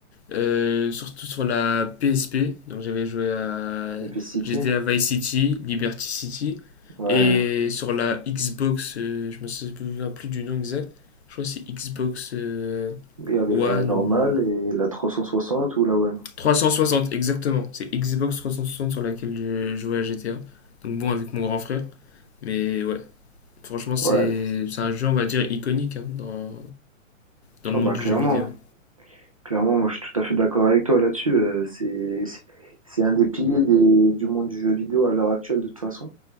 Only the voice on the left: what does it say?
euh, surtout sur la PSP. Donc j'avais joué à
GTA Vice City, Liberty City.
Et sur la Xbox, euh, je me souviens plus du nom exact. Je crois que c'est Xbox euh,
One
ou
360 exactement. C'est Xbox 360 sur laquelle je jouais à GTA. Donc bon avec mon grand frère. Mais ouais, franchement c'est
c'est un jeu on va dire iconique hein, dans, dans le
monde
du
jeu vidéo.